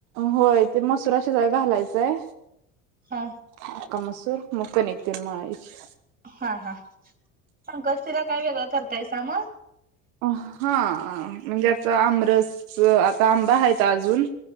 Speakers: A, on the right; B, on the right.
A: होय ते मसूरा शिजाय घालायचंय.
B: हा
A: अक्का मसूर, म कणिक तेन मळायची.
B: हा हा, संकष्टीला काय वेगळ करतायसा म
A: हा म्हणजे आता आमरस आता आंबा हायत अजून